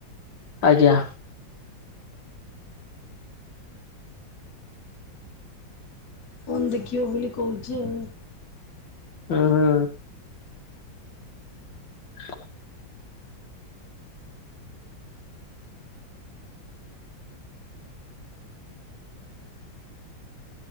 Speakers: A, on the left; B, on the left.
A: ଆଜ୍ଞା
B: ଫୋନ ଦେଖିବ ବୋଲି କହୁଛି ଆଉ।
A: ହୁଁ ହୁଁ ହ